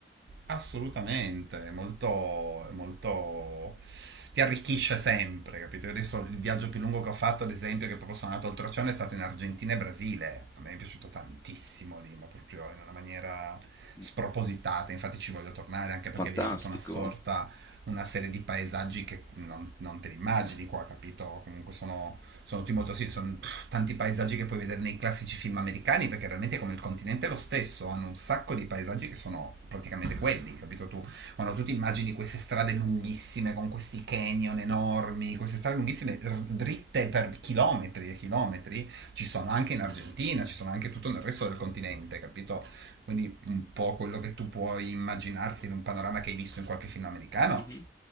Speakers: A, on the right; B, on the left.
A: Assolutamente, è molto, è molto... ti arricchisce sempre, capito? Io adesso il viaggio più lungo che ho fatto, ad esempio, che proprio sono andato oltreoceano, è stato in Argentina e Brasile. A me è piaciuto tantissimo lì, ma proprio in una maniera spropositata.
B: Mm,
A: Infatti ci voglio tornare anche perché
B: Fantastico.
A: vedi tutta una sorta, una serie di paesaggi che non, non te li immagini qua, capito? Comunque sono, sono tutti molto, sì, sono tanti paesaggi che puoi vedere nei classici film americani, perché realmente come il continente è lo stesso, hanno un sacco di paesaggi che sono praticamente quelli, capito tu? Quando tu ti immagini queste strade lunghissime con questi canyon enormi, queste strade lunghissime r- dritte per chilometri e chilometri, ci sono anche in Argentina, ci sono anche tutto nel resto del continente, capito? Quindi un po' quello che tu puoi immaginarti di un panorama che hai visto in qualche film americano
B: Mhm.